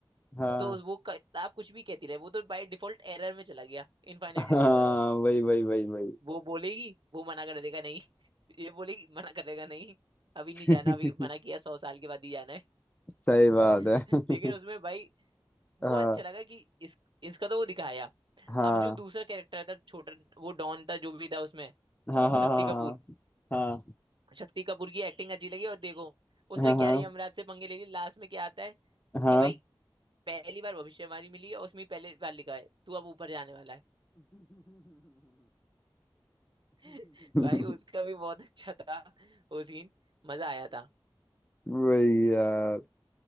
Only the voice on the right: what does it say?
तो वो किताब कुछ भी कहती रहे वो तो बाय डिफॉल्ट एरर में चला गया इनफाइनाइट
लूप
वो बोलेगी वो मना कर देगा नहीं ये बोलेगी मना कर देगा नहीं अभी
नहीं जाना अभी मना किया सौ साल के बाद ही जाना है
<laughs>
लेकिन उसमें
भाई वो
अच्छा लगा कि इस इसका तो वो दिखाया
अब जो दूसरा कैरेक्टर था छोटा वो डॉन था जो भी था उसमें
शक्ति कपूर
शक्ति कपूर की एक्टिंग अच्छी लगी और देखो उसने
क्या
यमराज से पंगे ले लिए लास्ट में क्या आता है
कि भाई पहली बार भविष्यवाणी मिली है उसमें पहले बार लिखा है तू अब ऊपर जाने वाला है <laughs> भाई
उसका भी बहुत अच्छा था वो सीन मजा आया था